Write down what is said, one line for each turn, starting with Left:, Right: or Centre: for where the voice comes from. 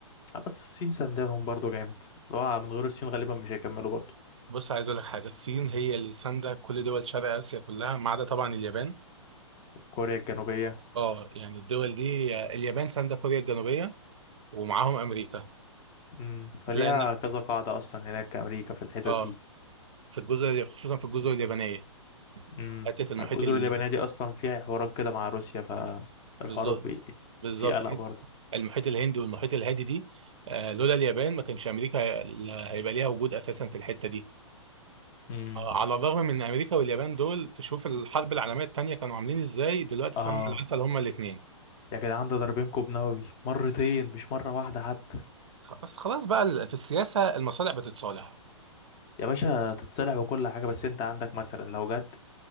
Left: آه، بس الصين سندهم برضو جامد اللي هو من غير الصين غالبا مش هيكملوا برضو
Right: بص عايز اقول لك حاجه الصين هي اللي سانده كل دول شرق اسيا كلها ما عدا طبعا اليابان
Left: كوريا الجنوبية
Right: اه يعني الدول دي اليابان سانده كوريا الجنوبيه ومعاهم امريكا
Left: امم فليها
Right: تلاقي ان
Left: كذا قاعدة اصلا هناك امريكا في الحتت
Right: اه
Left: دي
Right: في الجزر خصوصا في الجزر اليابانيه
Left: امم
Right: حته المحيط
Left: الجزر
Right: ال...
Left: اليابانية دي أصلا فيها حوارات كده مع روسيا فالحوار
Right: بالظ-
Left: بي...
Right: بالظبط
Left: في قلق
Right: حته
Left: برضه
Right: المحيط الهندي والمحيط الهادي دي آه لولا اليابان ما كانش امريكا هي- هيبقى ليها وجود اساسا في الحته دي
Left: امم
Right: آه، على الرغم من امريكا واليابان دول تشوف الحرب العالميه الثانيه كانوا عاملين ازاي دلوقتي
Left: آه
Right: سمنه العسل هما الاثنين
Left: يا جدعان ده ضاربين كوب نووي مرتين مش مرة واحدة حتى
Right: بس خلاص بقى ال- في السياسه المصالح بتتصالح
Left: يا باشا تتصلح وكل حاجة بس أنت عندك مثلا لو جت